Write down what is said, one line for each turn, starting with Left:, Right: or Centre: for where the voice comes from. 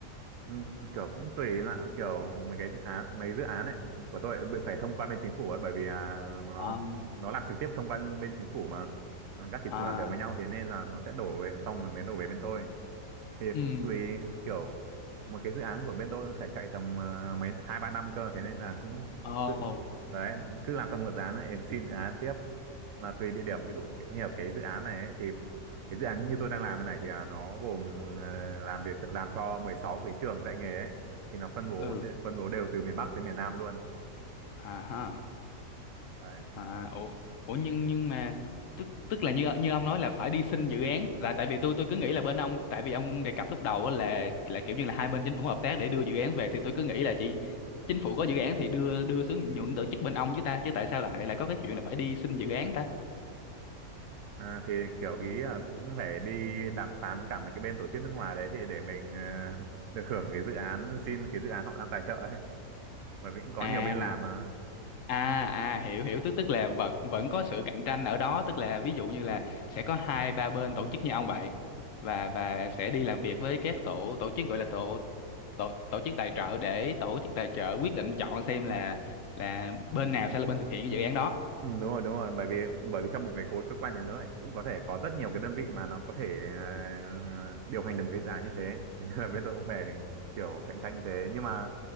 Right: Ừ, kiểu cũng tùy em ạ kiểu mấy cái dự án mấy dự án ấy của tôi bị phải thông qua bên chính phủ ấy bởi vì à, nó
Left: Ờ,
Right: nó làm trực tiếp thông qua bên chính phủ mà các chính
Left: À,
Right: phủ làm việc với nhau thế nên là nó sẽ đổ về xong rồi mới đổ về bên tôi thì
Left: ừ,
Right: cũng tùy kiểu một cái dự án của bên tôi phải chạy tầm à, mấy hai ba năm cơ thế nên là cũng
Left: Ồ,
Right: tự đấy cứ làm xong một dự án lại xin dự án tiếp mà tùy địa điểm ví dụ cái- như ở cái dự án này ấy, thì cái dự án như tôi đang làm cái này thì à, nó gồm ờ, làm việc làm cho 16 cái trường dạy nghề ấy thì nó phân bố
Left: ừ,
Right: đe- phân bố đều từ miền Bắc tới miền Nam luôn
Left: à ha.
Right: đấy
Left: À, ủa, ủa nhưng nhưng mà tức tức là như như ông nói là phải đi xin dự án tại tại vì tôi tôi cứ nghĩ là bên ông tại vì ông đề cập lúc đầu á là là kiểu như là hai bên chính phủ hợp tác để đưa dự án về thì tôi cứ nghĩ là chỉ chính phủ có dự án thì đưa đưa xuống nhượng tổ chức bên ông chứ ta chứ tại sao lại lại có cái chuyện là phải đi xin dự án ta
Right: à, thì kiểu ý là cũng phải đi đàm phán với cả mấy cái bên tổ chức nước ngoài đấy thì để mình ờ, <laughs> được hưởng cái dự án xin cái dự án họ đang tài trợ ấy bởi vì cũng có
Left: à
Right: nhiều bên làm mà
Left: À à hiểu hiểu tức tức là vẫn vẫn có sự cạnh tranh ở đó tức là ví dụ như là sẽ có hai ba bên tổ chức như ông vậy và và sẽ đi làm việc với các tổ tổ chức gọi là tổ tổ tổ chức tài trợ để tổ chức tài trợ quyết định chọn xem là là bên nào sẽ là bên thực hiện cái dự án đó.
Right: Ừ, đúng rồi đúng rồi bởi vì bởi vì trong một cái khối cơ quan nhà nước ấy, cũng có thể có rất nhiều cái đơn vị mà nó có thể ờ, điều hành được một cái giá như thế thế nên là bên tôi cũng phải kiểu cạnh tranh như thế nhưng mà